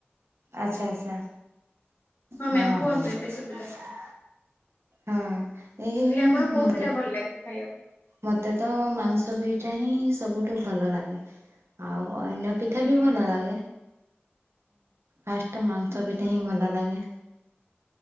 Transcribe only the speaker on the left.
ମ୍ୟାମ୍ କୁହନ୍ତୁ
ଏବେ ଶୁଭିଲା
ମୁଁ
କହିଲି ଆପଣଙ୍କୁ କୋଉ
ପିଠା ଭଲ ଲାଗେ ଖାଇବାକୁ?
ଆଜ୍ଞା।
ହୁଁ
ହୁଁ